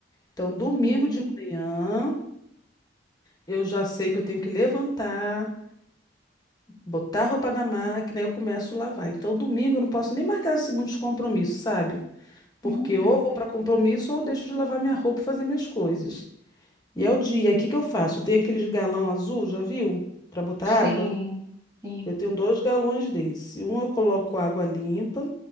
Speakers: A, on the left; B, on the right.
A: Então, domingo
B: Hum,
A: de manhã, eu já sei que eu tenho que levantar, botar a roupa na máquina, aí eu começo a lavar. Então, domingo eu não posso nem marcar assim muitos compromissos, sabe? Porque
B: uhum.
A: ou vou para compromisso ou eu deixo de lavar minha roupa e fazer minhas coisas. E é o dia. Aí o que que eu faço? Tem aqueles galão azul, já viu? Para botar
B: Sim,
A: água?
B: sim.
A: Eu tenho dois galões desse. Um eu coloco água limpa